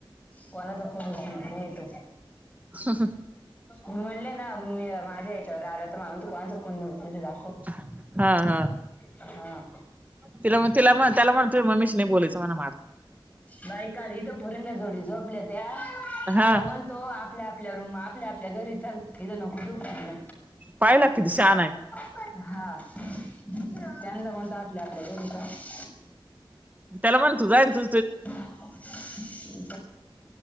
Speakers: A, on the left; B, on the right.
A: कोणाचा फोन उचलीत नाहीये तो.
B: हं.
A: मी म्हणलं ना मी माझ्या याच्यावर आलो हो तर माणून त कोणचा फोन उचल दाखव.
B: हा. हा.
A: हां.
B: तिला म्हण तिला म्हण त्याला म्हण. ते मम्मीशी नाही बोलत. तिचं मला माहीत
A: बाय काल इथो पुरंदा जोडी झोपल्या त्या.
B: हा
A: तो म्हणतो आपल्या आपल्या रूम आपल्या आपल्या घरीचा तिथं नको झोपू.
B: पाहिला किती शहाणा आहे.
A: हा त्यांनला म्हणतो आपल्या आपल्या घरी चाल.
B: त्याला म्हणं, तू जायन तू
A: <unintelligible> हम्म.